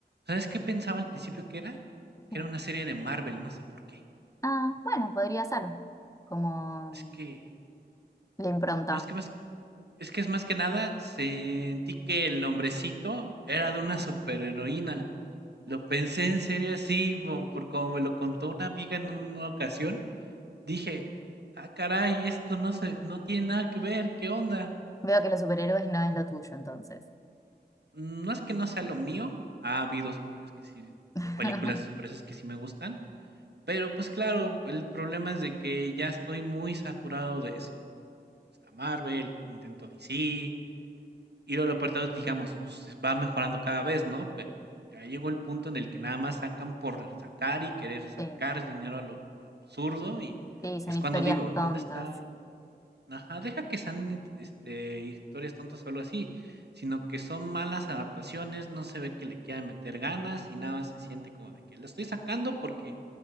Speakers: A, on the right; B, on the left.
A: ¿sabes qué pensaba al principio que era? Que
B: sí.
A: era una serie de Marvel, no sé por qué.
B: Ah, bueno, podría ser, como
A: Es que,
B: la impronta.
A: no es que me Es que es más que nada, sentí que el nombrecito era de una superheroína. Lo pensé en serio así, bo- por como me lo contó una amiga en una ocasión. Dije, ah, caray, esto no se, no tiene nada que ver, ¿qué onda?
B: Veo que los superhéroes no es lo tuyo entonces.
A: No es que no sea lo mío, ha habido superhéroes que sí,
B: <laughs>
A: o películas de superhéroes que sí me gustan, pero pues claro, el problema es de que ya estoy muy saturado de eso. Está Marvel, lo intento DC, Y luego lo peor de todo es, digamos, pues va mejorando cada vez, ¿no? Pero ya llegó el punto en el que nada más sacan por sacar y querer sacar
B: Sí.
A: dinero a lo absurdo y
B: Sí, son
A: es
B: historias
A: cuando digo,
B: tontas.
A: ¿dónde está? Ajá, deja que sean este, este, historias tontas o algo así, sino que son malas adaptaciones, no se ve que le quieran meter ganas y nada, más se siente como de que lo estoy sacando porque